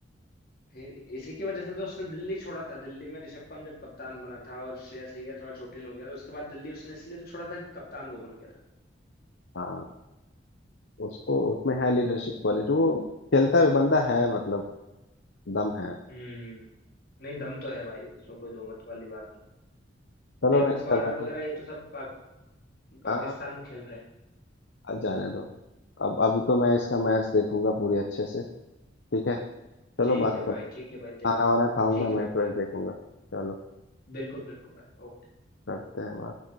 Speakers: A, on the left (about 55°); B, on the left (about 80°).
A: फिर इसी की वजह से तो उसने दिल्ली छोड़ा था दिल्ली में ऋषभ पंत जब कप्तान बना था और श्रेयस अय्यर थोड़ा चोटिल हो गया तो उसके बाद दिल्ली उसने इसलिए तो छोड़ा था कि कप्तान वो बन गया था
B: हाँ उसको उसमें है लीडरशिप क्वालिटी वो खेलता भी बंदा है मतलब दम है
A: हम्म नहीं दम तो है भाई इसमें कोई दो मत वाली बात नहीं
B: चलो
A: डेविड
B: मैं इसका
A: वार्नर
B: बैटिंग
A: वगैरह ये तो सब पाक, पाकिस्तान
B: हाँ
A: में खेल रहे हैं
B: आज जाने दो अब अभी तो मैं इसका मैच देखूंगा पूरी अच्छे से ठीक है चलो
A: ठीक
B: बात
A: है
B: करते
A: भाई
B: हैं
A: ठीक है भाई देखो
B: खाना वाना खाऊंगा
A: ठीक है भाई
B: मैच वैच
A: देखो
B: देखूंगा चलो
A: बिल्कुल बिल्कुल भाई ओके।
B: करते हैं बात